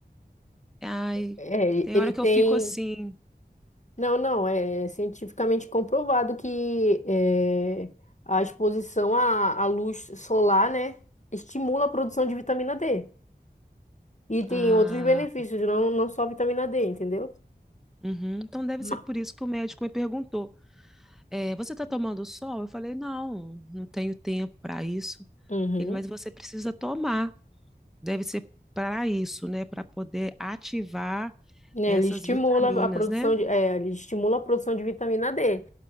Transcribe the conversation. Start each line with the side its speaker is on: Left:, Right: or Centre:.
Centre: É, ai,
Left: É,
Centre: tem
Left: ele
Centre: hora
Left: tem.
Centre: que eu fico assim.
Left: Não, não, é cientificamente comprovado que é, a exposição à, à luz solar, né, estimula a produção de vitamina D. E tem
Centre: Ah,
Left: outros benefícios, não, não só a vitamina D, entendeu?
Centre: Uhum. Então deve
Left: Ma-
Centre: ser por isso que o médico me perguntou: eh, você está tomando sol? Eu falei: não, não tenho tempo para isso.
Left: Uhum.
Centre: Ele, mas você precisa tomar, deve ser para isso, né? Para poder ativar
Left: né?
Centre: essas
Left: Ele estimula
Centre: vitaminas,
Left: a produção
Centre: né?
Left: de, é, ele estimula a produção de vitamina D.